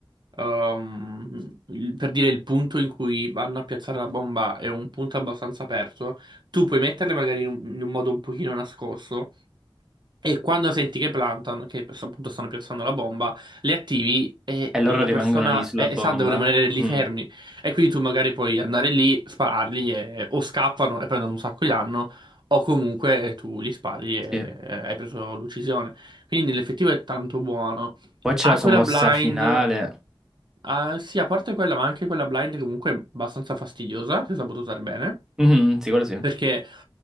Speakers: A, on the right (about 60°); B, in the centre.
A: ehm, il- per dire il punto in cui vanno a piazzare la bomba è un punto abbastanza aperto, tu puoi metterle magari in un, in un modo un pochino nascosto e quando senti che plantano, che per- appunto stanno piazzando la bomba, le attivi e
B: E loro
A: la
B: rimangono
A: persona
B: lì sulla
A: e,
B: bomba.
A: e sa, devono rimanere lì
B: Mhm,
A: fermi e quindi tu magari puoi andare lì, spararli e- o scappano e prendono un sacco di danno. O comunque tu li spari e
B: sì.
A: e hai preso l'uccisione. Quindi nell'effettivo è tanto buono.
B: Poi c'è
A: Aquila
B: la sua mossa
A: Blind.
B: finale.
A: Ah, sì, a parte quella, ma anche quella blind comunque è abbastanza fastidiosa, se saputo usare bene,
B: Mhm, sì, quello sì.
A: perché